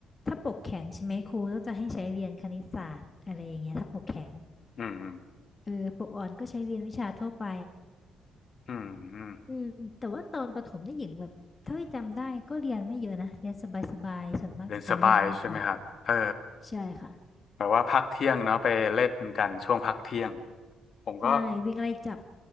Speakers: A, on the left; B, on the left.
A: ถ้าปกแข็งใช่ไหมครูก็จะให้ใช้เรียนคณิตศาสตร์อะไรอย่างเงี้ยถ้าปกแข็ง
B: อืมอืม
A: เออปกอ่อนก็ใช้เรียนวิชาทั่วไป
B: อืม
A: อืมแต่ว่าตอนประถมนี่หญิงแบบเท่าที่จำได้ก็เรียนไม่เยอะนะ เรียนสบายๆส่วนมากจะเป็นเล่นมากกว่า
B: เรียนสบายใช่ไหมครับเออ
A: ใช่ค่ะ
B: แบบว่าพักเที่ยงเนาะไปเล่นกันช่วงพักเที่ยงผมก็
A: ใช่วิ่งไล่จับ